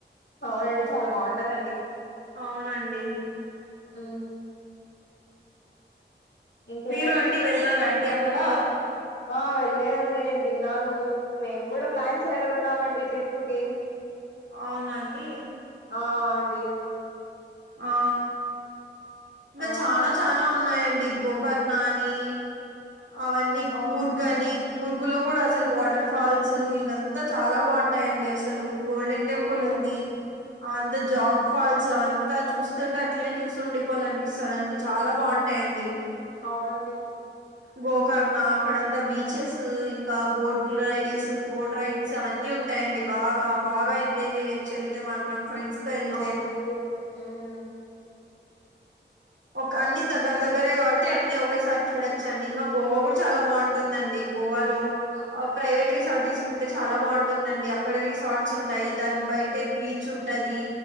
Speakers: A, on the left (about 70°); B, on the right (about 85°).
A: అవునండి చాలా బాగుంటాదండి.
B: అవునండి
A: మ్ ఇంకేంటండి
B: మీరు అండి వెళ్ళారా అండి అక్కడ
A: ఆ వెళ్లేదండి. నేను విన్నాను మేము కూడా ప్లాన్ చేయాలని ఉన్నామండి ట్రిప్ కి
B: అవునానండి.
A: ఆ అండి
B: ఆ ఇంకా
A: ఆ
B: చాలా చానా ఉన్నాయండి. గోకర్ణ అని, అవన్నీ,
A: ఆ
B: గూర్గ్ అని గూగుల్ లో కూడా అసలు వాటర్ ఫాల్స్ ఇవంతా చాలా బాగుంటాయండి అసలు. గోల్డెన్ టెంపుల్
A: ఓకే
B: ఉంది. అంతా జోగ్ ఫాల్స్ అవంతా చూస్తుంటే అట్లనే చూస్తుండి పోవాలని పిస్తాది. చాలా బాగుంటాయండి.
A: అవునండి
B: గోకర్ణ అక్కడంతా బీచెస్ ఇంకా బోట్ రైడిస్ బోట్ రైడ్స్ అవన్నీ ఉంటాయండి. బాగా బాగా ఎంజాయ్ చేయొచ్చు. వెళ్తే మాత్రం ఫ్రెండ్స్ వెళ్తే
A: అవునండి ఉమ్
B: ఒక అన్నీ
A: ఉమ్,
B: దగ్గర దగ్గరే కాబట్టి అన్నీ ఒకే సారి చూడొచ్చు అండి. ఇంకా గోవా కూడా చాలా బాగుంటుందండి. గోవాలో ప్రైవేట్ రిసార్ట్ తీసుకుంటే చాలా బాగుంటుందండి. అక్కడ రిసార్ట్స్ ఉంటాయి దాని బయట బీచ్ ఉంటాది.